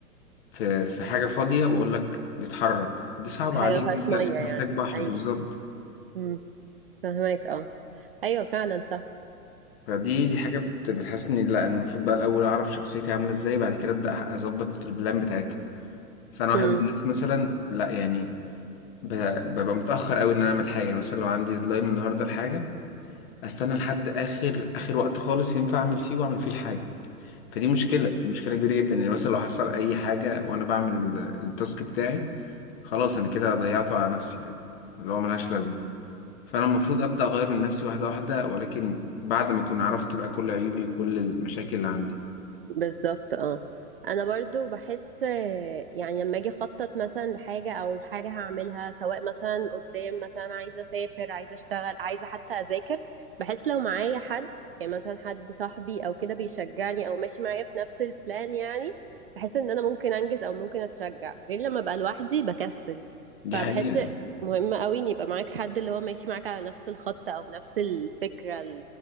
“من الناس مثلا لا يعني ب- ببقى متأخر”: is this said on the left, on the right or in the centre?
Left